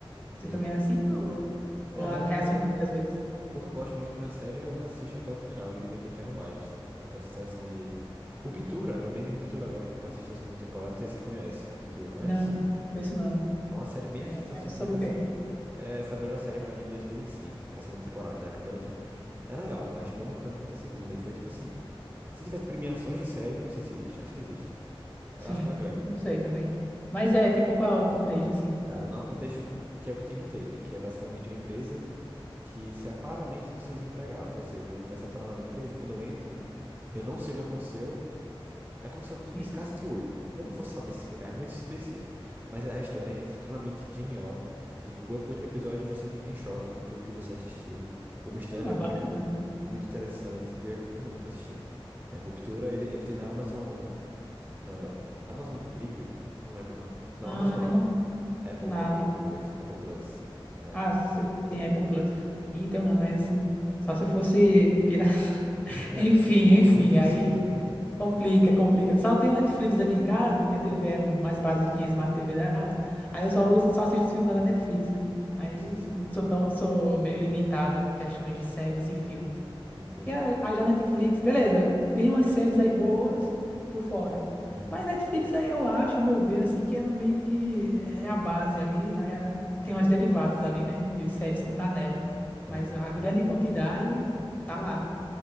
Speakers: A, on the right; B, on the left.
A: entendi.
B: Você também é assim ou, ou
A: É, eu,
B: reassiste
A: quando, eu-
B: várias vezes?
A: quando eu gosto muito de uma série, eu assisto até o final e ainda quero mais. Aquela sensação de Ruptura. Lembrei de Ruptura agora que eu assisti a segunda temporada. Não sei se conhece. Ruptura, conhece?
B: Não, penso não.
A: É uma série bem
B: É,
A: ficção
B: é
A: científica,
B: sobre o
A: assim.
B: quê?
A: É, foi a melhor série pra mim em 2025, a segunda temporada, né? A primeira eu não- <laughs> é legal, mas não tanto quanto a segunda. E foi tipo assim: se tivesse premiações de série, eu não sei se existe, acho que existe. Eu
B: Sim,
A: acho que ela ganha.
B: não sei também. Mas é, tipo, qual é o contexto, assim?
A: Tá, vou dar um contexto que é o que tem no trailer, que é basicamente uma empresa que separa a mente dos seus empregados. Ou seja, eu vou começar a trabalhar na empresa e quando eu entro, eu não sei o que aconteceu. É como se eu
B: Sim.
A: piscasse de olho. Eu não vou saber te explicar, é muito específico. Mas a história é extremamente genial. E o último episódio você fica em choque com tudo que você assistiu. O mistério
B: Ah,
A: é muito,
B: bacana.
A: muito interessante e eu recomendo muito assistir. É, Ruptura, ele, ele tem na Amazon, ah, Amazon Video, não lembro o nome. Não,
B: Ah,
A: Amazon não.
B: eu não.
A: Apple,
B: Na
A: Apple
B: Ama-
A: alguma coisa. Apple Plus. É.
B: Ah,
A: <laughs>
B: você tem Apple Plus. Ih, tem um não, é assim. Só se fosse pirata. <laughs>
A: É,
B: Enfim, enfim,
A: também funciona.
B: aí
A: <laughs>
B: complica, complica. Só tenho Netflix aqui em casa, minha TV é mais basiquinha, a Smart TV dela. Aí
A: Sim,
B: eu só uso, só assisto os filmes da Netflix, né? Aí
A: sim, sim.
B: sou tão, sou meio limitado em questões de séries e filmes.
A: Entendi.
B: Porque a, a já Netflix, beleza, tem umas séries aí boas por fora.
A: Uhum.
B: Mas Netflix, aí eu acho, ao meu ver, assim, que ela meio que é a base ali. Aí a- tem umas derivadas ali, né? De séries que não tá nela. Mas
A: É.
B: a grande quantidade tá lá.